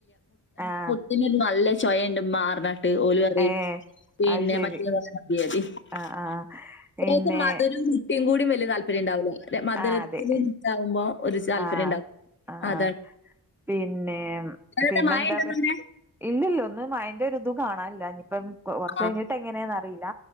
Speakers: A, in the centre; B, on the left (about 30°).
A: ആഹ്
B: ഇതിനൊരു നല്ല ചൊയയുണ്ട് മ്മാ റിഞ്ഞിട്ട് <unintelligible>
A: ഏഹ്
B: പിന്ന
A: അത് ശരി
B: <unintelligible>
A: ആഹ് ആഹ് പിന്നെ
B: മധുരവെന്ന് എനിക്കും കൂടി വലിയ താല്പര്യം ഉണ്ടാവൂല മധുരത്തിന്
A: ആഹ് അതെ
B: ഇതാകുമ്പോ ഒരു താല്പര്യം
A: ആഹ്
B: ഉണ്ടാവും
A: ആഹ്
B: അതാണ്
A: ആഹ് പിന്നെ
B: അവിടെ
A: പിന്നെന്താ
B: മഴ ഉണ്ടോന്ന് അവിടെ?
A: ഇല്ല ഇല്ല ഒന്ന് മയേന്റെ ഒരിതും കാണാനില്ല ഇനിയിപ്പം കുറച്ച്
B: ആഹ്
A: കഴിഞ്ഞിട്ട് എങ്ങനെയെന്നറിയില്ല